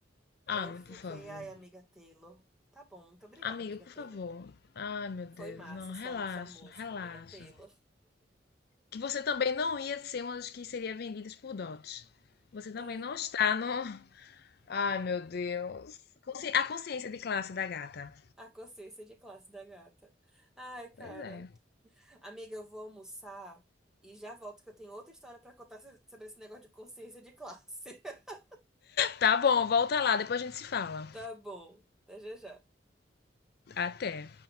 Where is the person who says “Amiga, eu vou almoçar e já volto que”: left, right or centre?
Centre